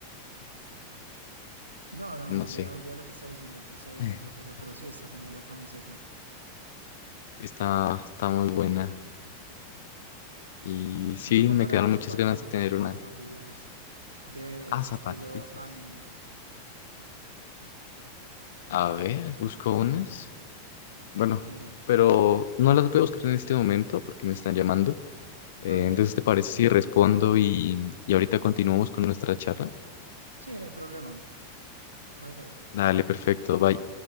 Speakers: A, on the right; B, on the left.
A: No, no,
B: no
A: olvida,
B: sé.
A: olvida lo que está diciendo, yo estaba viendo
B: <laughs>
A: otra cosa, pero sí, está genial la camiseta.
B: Está, está muy buena. Y
A: Yo,
B: sí,
A: yo compraría
B: me quedaron muchas
A: zapatillas,
B: ganas de tener una.
A: zapatillas de
B: Ah,
A: ese
B: zapatillas.
A: estilo anime.
B: A ver, busco unas. Bueno,
A: Mira,
B: pero no las voy a buscar en este momento porque me están llamando. Eh,
A: ah, dale,
B: entonces,
A: dale.
B: ¿te parece si respondo y, y ahorita continuamos con nuestra charla?
A: Sí, no hay problema. Bye, bye.
B: Dale, perfecto, bye.